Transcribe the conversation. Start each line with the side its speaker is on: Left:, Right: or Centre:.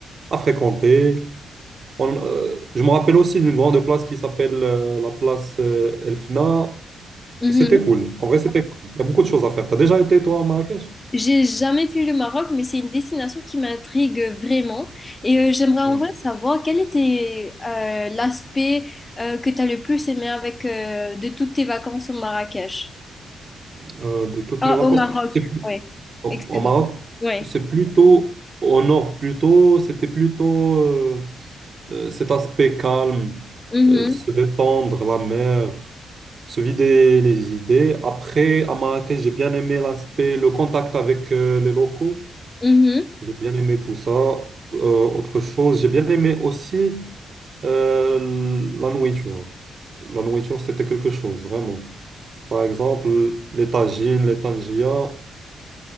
Right: à fréquenter. On, euh, je me rappelle aussi d'une grande place qui s'appelle euh, la place euh, Elfna.
Left: Mhm.
Right: C'était cool. En vrai, c'était cool. Il y a beaucoup de choses à faire. Tu as déjà été, toi, à Marrakech?
Left: J'ai jamais fait le Maroc, mais c'est une destination qui m'intrigue vraiment. Et euh, j'aimerais en
Right: Hmm.
Left: vrai savoir quel était euh, l'aspect euh, que tu as le plus aimé avec euh, de toutes tes vacances au Marrakech.
Right: Euh, de toutes
Left: Ah,
Right: mes vacances.
Left: au Maroc,
Right: C'est plus-
Left: ouais.
Right: au,
Left: Excuse-moi.
Right: au Maroc,
Left: Ouais.
Right: c'est plutôt au nord, plutôt, c'était plutôt euh, euh, cet aspect calme,
Left: Mhm.
Right: euh, se détendre, la mer, se vider les idées. Après, à Marrakech, j'ai bien aimé l'aspect, le contact avec euh, les locaux.
Left: Mhm.
Right: J'ai bien aimé tout ça. Euh, autre chose, j'ai bien aimé aussi euh, la nourriture. La nourriture, c'était quelque chose, vraiment. Par exemple, les tagines, les tangias,